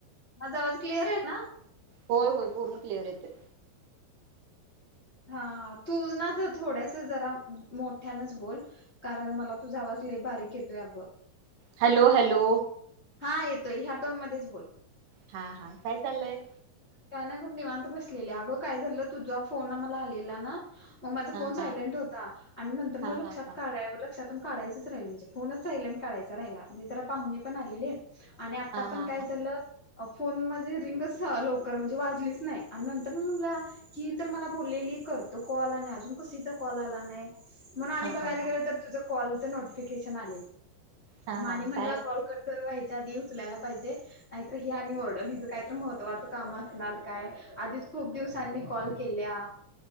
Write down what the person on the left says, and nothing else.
माझा आवाज क्लिअर आहे ना
हा हा तू ना तर थोड्यास जरा मोठ्यानच बोल कारण मला तुझावाज ले बारीक येतोय अगं
हा येतोय ह्या टोन मध्येच बोल
काय नाही बघ निवांत बसलेले अगं काय झालं तुझा फोन मला आलेला ना मग माझा
फोन सायलेट
होता आणि नंतर
लक्षात
काढा लक्षात काढायच राहिलं म्हणजे फोनच सायलेट काढय राहिलाणे तर पाहुणी पण आले आहे आणि आता
पण
काय
झालं फोन म्हणजे रिंगच लवकर म्हणजे वाजलीच नाही आणि नंतर म मुला ही तर मला बोललेली करतो कॉल आणि अजून कसचा कॉल आला नाही म्हणून आ आणि
बघायला गेलं तर तुझ कॉल नफिकेशन आ
माने
म्हणला
कॉल कट कवायच आ उचलायला पाहिजे नाही हे ल मह असणार काय आधीच खूप दिवसांनी कॉल केल्या